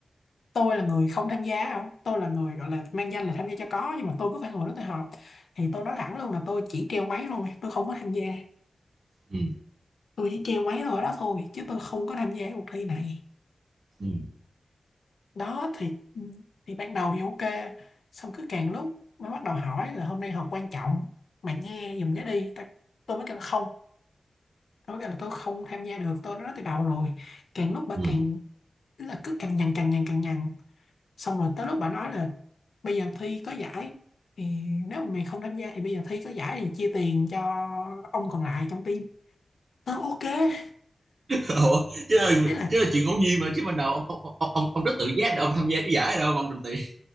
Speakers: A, on the left; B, on the right.
A: tôi là người không tham gia không tôi là người gọi là mang danh là tham gia cho có nhưng mà tôi cứ phải ngồi đó tôi họp thì tôi nói thẳng luôn là tôi chỉ treo máy thôi tôi không có tham gia
B: ừ.
A: tôi chỉ treo máy thôi đó thôi chứ tôi không có tham gia cuộc thi này
B: Ừ.
A: đó thì thì ban đầu thì ok xong cứ càng lúc mới bắt đầu hỏi là hôm nay họp quan trọng mày nghe giùm để đi Ta- tôi mới kêu là không tôi mới kêu là tôi không tham gia được tôi đã nói từ đầu rồi càng lúc bà
B: Ừ.
A: càng tức là cứ càng nhằn càng nhằn càng nhằn xong rồi tới lúc bà nói là bây giờ thi có giải thì nếu mà mày không tham gia thì bây giờ thi có giải thì chia tiền cho ông còn lại trong team tôi ok
B: <laughs> Ủa, chứ là,
A: đấy là
B: chứ là chuyện ngẫu nhiên mà chứ ban đầu ông ông ông ông, ông rất tự giác để ông tham gia cái giải ở đâu mà ông trình tiền